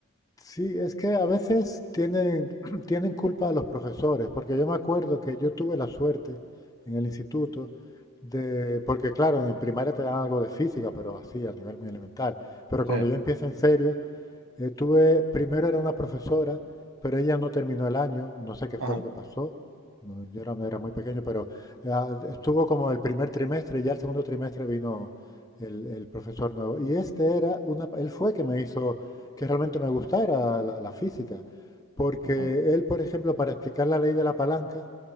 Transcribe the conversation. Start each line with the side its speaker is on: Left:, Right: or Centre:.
Left: Sí, es que a veces tienen, <clears throat> tienen culpa de los profesores, porque yo me acuerdo que yo tuve la suerte en el instituto de, porque claro, en primaria te dan algo de física, pero así, a nivel muy elemental, pero
Right: Sí,
Left: cuando yo empiezo en serio, eh, tuve, primero era una profesora, pero ella no terminó el año, no sé qué
Right: ajá,
Left: fue lo que pasó, no, yo era, era muy pequeño, pero ah, estuvo como el primer trimestre, ya el segundo trimestre vino el, el profesor nuevo. Y este era una, él fue que me hizo que realmente me gustara la, la física, porque
Right: ajá.
Left: él, por ejemplo, para explicar la ley de la palanca,